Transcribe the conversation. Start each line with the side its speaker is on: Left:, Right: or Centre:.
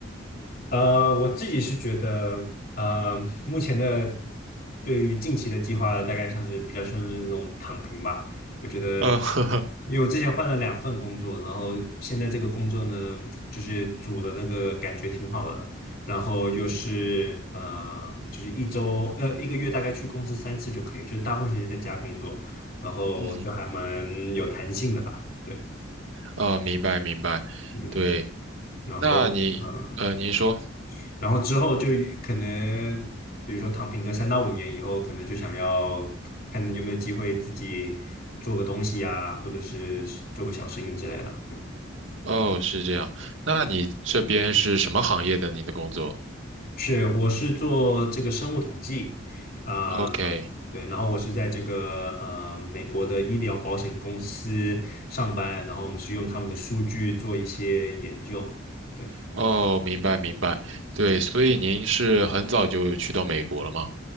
Left: 呃，我自己是觉得，呃，目前的对于近期的计划，大概像是比较像是那种躺平吧。我觉得，
Right: 呃，<laughs> 呵呵，
Left: 因为我之前换了两份工作，然后现在这个工作呢，就是组的那个感觉挺好的，然后又是呃，就是一周呃一个月大概去公司三次就可以，就是大部分时间在家工作，然后就还蛮有弹性的吧。
Right: 嗯哼，
Left: 对，
Right: 呃，明白明白，
Left: 嗯，
Right: 对，
Left: 然后。
Right: 那你，
Left: 呃
Right: 呃，您说，
Left: 然后之后就可能，比如说躺平个三到五年以后，可能就想要看有没有机会自己做个东西呀、或者是做个小生意之类的。嗯，
Right: 哦，是这样，那你这边是什么行业的？您的工作
Left: 是，我是做这个生物统计，啊、
Right: ？OK，
Left: 对，然后我是在这个呃美国的医疗保险公司上班，然后我们是用他们的数据做一些研究。对，
Right: 哦，明白明白，对，所以您是很早就去到美国了吗？